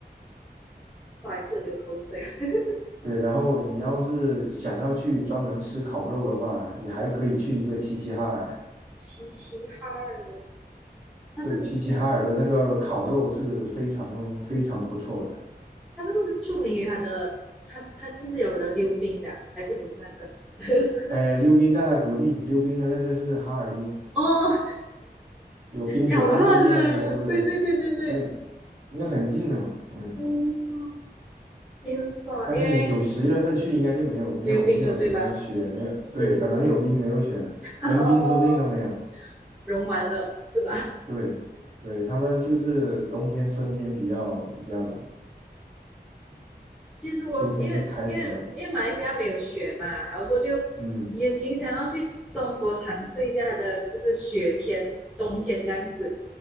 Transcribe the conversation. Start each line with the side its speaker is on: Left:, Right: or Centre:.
Centre: 不好意思，流口水。<laughs>
Right: 对，然后你要是想要去专门吃烤肉的话，也还可以去一个齐齐哈尔。
Centre: 齐齐哈尔，它是那个
Right: 对，齐齐哈尔的那个烤肉是非常非常不错的。
Centre: 齐齐哈尔，它是不是著名于它的？它它是不是有人溜冰的啊还是不是那个？<laughs>
Right: 呃，溜冰在他隔壁，溜冰的那个是哈尔滨，
Centre: 哦，
Right: 有冰雪大世界那个，
Centre: 搞乱了，
Right: 对不对？
Centre: 对对对对对，
Right: 对，因为很近的嘛，嗯。
Centre: 嗯，也很爽，
Right: 但是你九十月份去应该就没有没有没有什么雪，
Centre: 因为没有冰了，对吧？
Right: 没有，
Centre: 是，
Right: 对，可能有冰没有雪了，
Centre: <laughs>
Right: 连冰说不定都没有。
Centre: 哦，融完了，是吧？
Right: 对，对，他们就是冬天、春天比较比较冷，
Centre: 其实我因为因为因为马来西亚没有雪嘛，
Right: 秋天是开始冷，
Centre: 然后过就也挺想要去中国尝试一下它的就是雪天冬天这样子，
Right: 嗯。